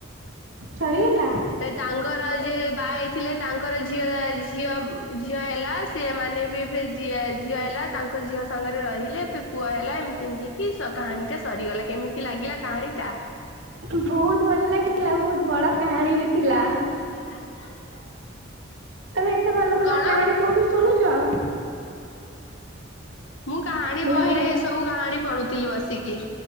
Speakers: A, on the right; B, on the left.
A: ଛାଡିଗଲା।
B: ସେ ତାଙ୍କର ଯେ ବାହା ହେଇଥିଲେ ତାଙ୍କର ଝିଅ ଝିଅ ଝିଅ ହେଲା <unintelligible> ସେମାନେ ବି ଫିର୍ ଝିଅ ହେଲା ତାଙ୍କ ଝିଅ ସାଙ୍ଗରେ ରହିଲେ ସେ ପୁଅହେଲା ଏମ କେମିତି କି କାହାଣୀଟା ସରିଗଲା କେମିତି ଲାଗିଲା କାହାଣୀଟା? <unintelligible>
A: ବହୁତ ଭଲ ଲାଗିଥିଲା ବହୁତ ବଡ କାହାଣୀ ବି ଥିଲା।
B: <inaudible>
A: ତମେ ଏତେ ଭଲ ଭଲ
B: କଣ?
A: କାହାଣୀ କୋଉଠୁ ଶୁଣୁଛ?
B: ମୁଁ କାହାଣୀ
A: ହ୍ୟାଲୋ
B: ବହିରେଏ ସବୁ କାହାଣୀ ପଢୁଥିଲି ବସିକି।